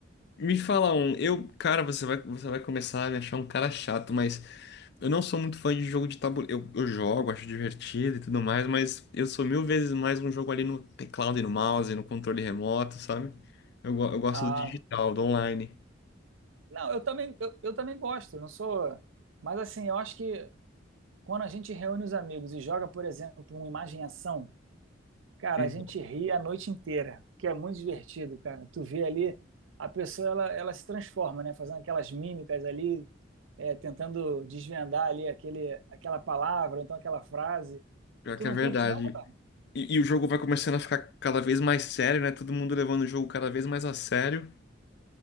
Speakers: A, on the left; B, on the right.
A: Me fala um, eu, cara, você vai, você vai começar a me achar um cara chato, mas eu não sou muito fã de jogo de tabuleiro. Eu, eu jogo, acho divertido e tudo mais, mas eu sou mil vezes mais um jogo ali no teclado e no mouse, no controle remoto, sabe? Eu, go- eu gosto
B: Ah,
A: do digital, do online.
B: não, eu também, eu, eu também gosto, não sou. Mas assim, eu acho que quando a gente reúne os amigos e joga, por exemplo, um imagem e ação, Cara,
A: Então,
B: a gente ri a noite inteira, que é muito divertido, cara. Tu vê ali, a pessoa ela, ela se transforma, né? Fazendo aquelas mímicas ali, é, tentando desvendar ali aquele, aquela palavra, ou então aquela frase.
A: Pior
B: Tu
A: que
B: não
A: é verdade.
B: curte, não, cara?
A: E, e o jogo vai começando a ficar cada vez mais sério, né? Todo mundo levando o jogo cada vez mais a sério.